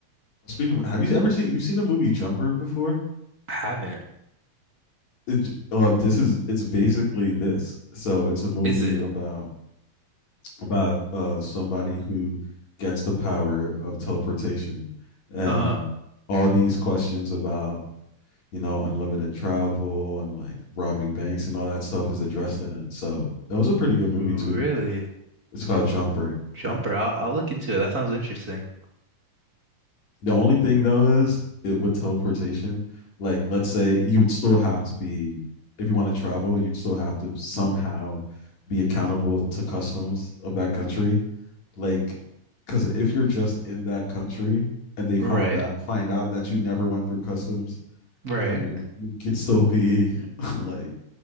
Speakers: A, on the left; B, on the right.
A: Speaking, of, have you ever seen you've seen the movie Jumper before?
B: I haven't.
A: it well this is it's basically this so it's a movie
B: Is it?
A: about about uh somebody who gets the power of teleportation and
B: Uh,
A: all these questions about you know unlimited travel and like robbing banks and all that stuff is addressed in it so it was a pretty good movie
B: really?
A: too it's called jumper
B: Jumper.
A: yeah
B: I'll I'll look into it. That sounds interesting.
A: The only thing though is it with teleportation, like let's say you would still have to be if you want to travel, you'd still have to somehow be accountable to customs of that country. Like because if you're just in that country and they
B: Right.
A: found out find out that you never went through customs,
B: Right.
A: you're you could still be <laughs> like